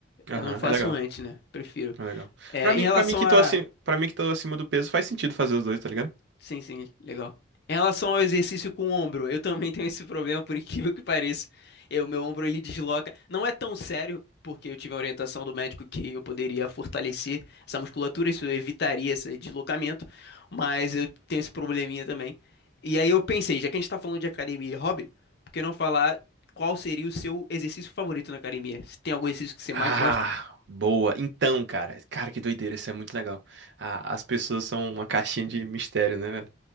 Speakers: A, on the right (about 55°); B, on the left (about 50°).
A: Aham,
B: Eu não faço
A: é legal.
B: antes, né? Prefiro.
A: É legal.
B: É,
A: Pra mim,
B: em relação
A: para mim que
B: a
A: tô assim, para mim que tô acima do peso, faz sentido fazer os dois, tá ligado?
B: Sim, sim, legal. Em relação ao exercício com o ombro, eu também <laughs> tenho esse problema, por incrível que pareça. Eu, meu ombro ele desloca. Não é tão sério, porque eu tive a orientação do médico que eu poderia fortalecer essa musculatura, isso evitaria esse deslocamento, mas eu tenho esse probleminha também. E aí eu pensei, já que a gente tá falando de academia e hobby, por que não falar qual seria o seu exercício favorito na academia? Se tem algum exercício que você
A: Ah,
B: mais gosta?
A: boa. Então, cara, cara, que doideira, isso é muito legal. Ah, as pessoas são uma caixinha de mistério, né, velho?